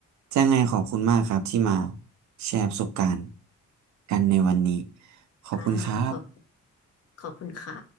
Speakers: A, on the right (about 65°); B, on the left (about 50°).
A: จะไงขอบคุณมากครับที่มาแชร์ประสบการณ์กันในวันนี้ขอบคุณครับ
B: ค่ะขอบขอบคุณค่ะ